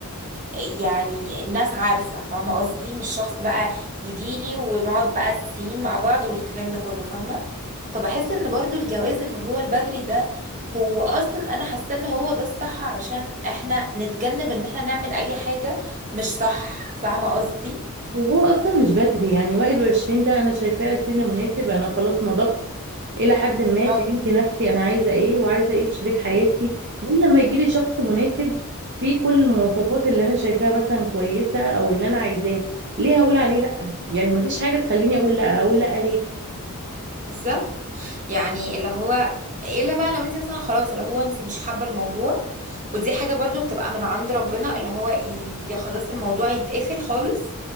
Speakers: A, on the right; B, on the right.
A: يعني الناس عارفة فاهمة قصدي مش شخص بقى يجيلي ونقعد بقى السين مع بعض والكلام ده كله فاهمة فبحس ان برضو الجواز اللي هو البدري ده هو اصلا انا حاسة ان هو ده الصح علشان احنا نتجنب ان احنا نعمل اي حاجة مش صح فاهمة قصدي
B: وهو اصلا مش بدري يعني 21 ده انا شايفاه سن مناسب انا خلاص نضجت الى حد ما
A: اه
B: فهمت نفسي انا عايزه ايه وعايزه ايه في شريك حياتي ليه لما يجي لي شخص مناسب فيه كل المواصفات اللي انا شايفاها مثلا كويسه او اللي انا عايزاها ليه هقول عليه لا يعني مفيش حاجه تخليني اقول لا اقول لا ليه
A: بالظبط يعني اللي هو الا بقى لو انت مثلا خلاص اللي هو انت مش حابه الموضوع ودي حاجه برضو بتبقى من عند ربنا اللي هو يا خلاص الموضوع يتقفل خالص